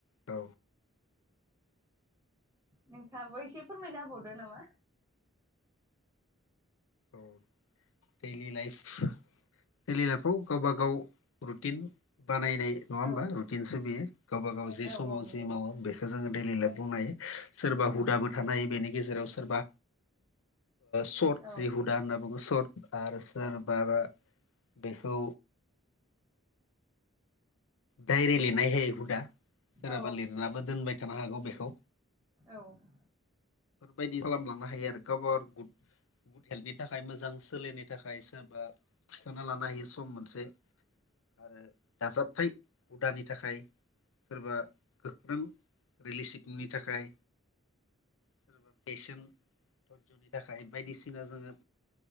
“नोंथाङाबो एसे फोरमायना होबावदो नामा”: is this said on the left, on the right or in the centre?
Right